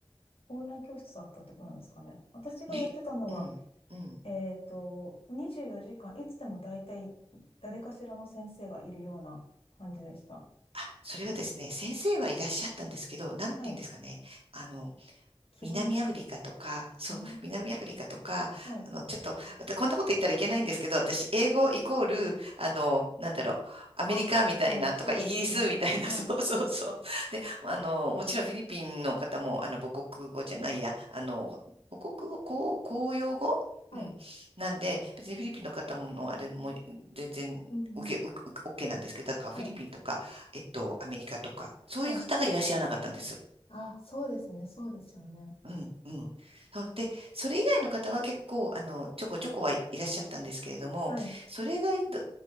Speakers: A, on the left; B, on the right.
A: オンライン教室だったってことなんですかね。私がやってたのは、
B: ね、うん、うん。
A: えっと、24時間、いつでも大体誰かしらの先生がいるような感じでした。
B: あ、それがですね、先生はいらっしゃったんですけど、なんて言うんですかね。
A: はい。
B: あの、
A: 希望の先生。
B: 南アフリカとか、
A: へ
B: そう、
A: え
B: 南アフリカとか、
A: はい。
B: あの、ちょっと、またこんなこと言ったらいけないんですけど、私、英語イコール、あの、なんだろう、アメリカみたいなとか、
A: あ、はい、そうですよね。
B: イギリスみたいな、
A: はい。
B: <laughs> そうそうそう。で、あの、もちろんフィリピンの方も、あの、母国語じゃないや、あの、母国語、公、公用語うん。
A: はい。
B: なんで、別にフィリピンの方もの、あれも全然、
A: うんうん。
B: 受け、受け、OK なんですけど、だからフィリピンとか、
A: はい。
B: えっと、アメリカとか、そういう方がいらっしゃらなかったんです。
A: はい。あ、そうですね。そうですよね。
B: うん、うん。あで、それ以外の方は結構、あの、ちょこちょこはい、いらっしゃったんですけれども、
A: はい。
B: それがいど